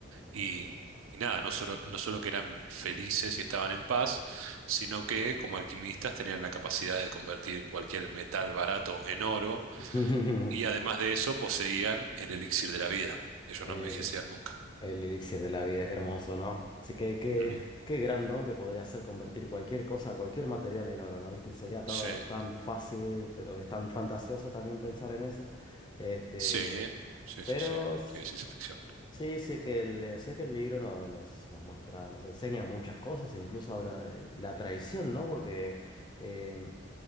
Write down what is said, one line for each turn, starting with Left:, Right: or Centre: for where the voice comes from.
Right: y, y nada, no solo, no solo que eran felices y estaban en paz, sino que como alquimistas tenían la capacidad de convertir cualquier metal barato en oro
Left: <laughs>
Right: y además de eso poseían el elixir de la vida. Ellos
Left: El
Right: no envejecían nunca.
Left: El elixir de la vida, qué hermoso, ¿no? Sí, que qué,
Right: ¿Mm?
Left: qué gran don que podría ser convertir cualquier cosa, cualquier material en oro, ¿no? ¿Viste? Sería todo
Right: Sí,
Left: tan fácil, pero es tan fantasioso también pensar en eso. Este,
Right: sí, sí, sí,
Left: pero
Right: sí,
Left: s-
Right: sí, es ciencia ficción.
Left: sí, sé que el, eh, sé que el libro no- nos, nos muestra, nos enseña muchas cosas, incluso habla de la traición, ¿no? Porque em,